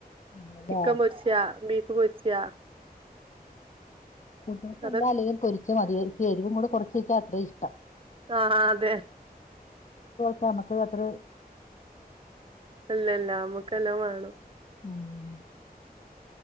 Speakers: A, on the left (about 50°); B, on the right (about 35°).
A: അതെല്ലേ
B: ചിക്കൻ പൊരിച്യ ബീഫ് പൊരിച്യ
A: കൂട്ട്യോൾക്ക്
B: അതൊ
A: അലാ അല്ലേലും പൊരിച്ച മതി ഇത്തിരി എരിവും കൂടി കുറചേച്ചാൽ അത്രയും ഇഷ്ടം
B: ആ ആഹ അതെ
A: പ നമ്മക്ക് അതറ്
B: അല്ല അല്ല നമ്മുക്കെല്ലാം വേണം
A: ഉം